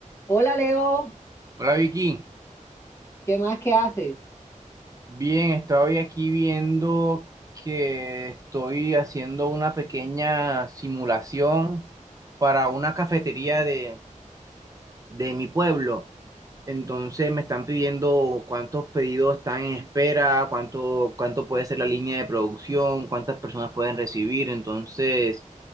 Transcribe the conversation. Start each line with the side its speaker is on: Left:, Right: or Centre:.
Left: Hola Leo,
Right: Hola Vicky,
Left: ¿qué más que haces?
Right: bien, estoy aquí viendo que estoy haciendo una pequeña simulación para una cafetería de, de mi pueblo. Entonces me están pidiendo cuántos pedidos están en espera, cuánto, cuánto puede ser la línea de producción, cuántas personas pueden recibir. Entonces